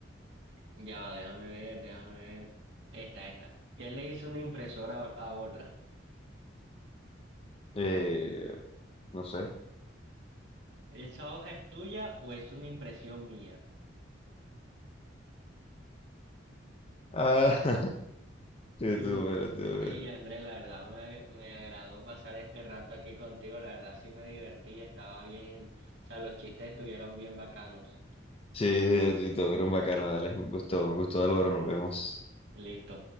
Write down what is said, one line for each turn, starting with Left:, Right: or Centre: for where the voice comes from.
Right: Ya va, déjame ver, déjame ver. Esta, esta. ¿Qué le hizo una impresora a a otra?
Left: Eh, no sé.
Right: ¿Esa hoja es tuya o es una impresión mía?
Left: Ah, <laughs> sí,
Right: El,
Left: tú, bueno, tú, bueno.
Right: ey, André, la verdad me, ag- me agradó pasar este rato aquí contigo. La verdad sí me divertí, estaba bien. O sea, los chistes estuvieron bien bacanos.
Left: Sí, sí, sí, todo bien, bacano, dale. Un gusto, un gusto, Álvaro, nos vemos.
Right: Listo.